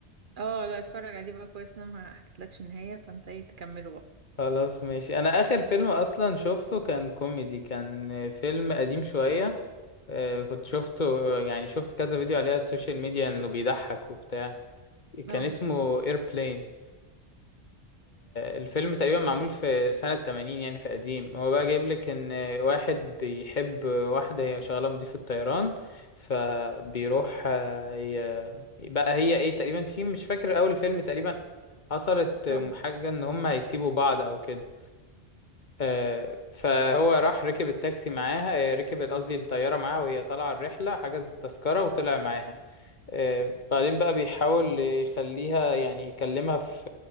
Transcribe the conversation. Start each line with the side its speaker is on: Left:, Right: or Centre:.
Right: اه لا اتفرج عليه بقى كويس انا ما حكيتلكش النهايه فانت ايه تكمله بقى
Left: خلاص ماشي انا اخر فيلم اصلا شفته كان كوميدي كان فيلم قديم شوية آه، كنت شفته يعني شفت كذا فيديو عليه على السوشيال ميديا انه بيضحك وبتاع
Right: اه
Left: كان اسمه ايربلين الفيلم تقريبا معمول في سنة 80 يعني في قديم هو بقى جايب لك ان واحد بيحب واحدة هي شغالة مضيفة طيران فبيروح آه، ي- بقى هي ايه تقريبا في مش فاكر اول فيلم تقريبا حصلت
Right: اه
Left: حاجة ان هم هيسيبوا بعض او كده آه، فهو راح ركب التاكسي معاها آه، ركب قصدي الطيارة معاها وهي طالعة الرحلة حجز التذكرة وطلع معاها آه، بعدين بقى بيحاول يخليها يعني يكلمها في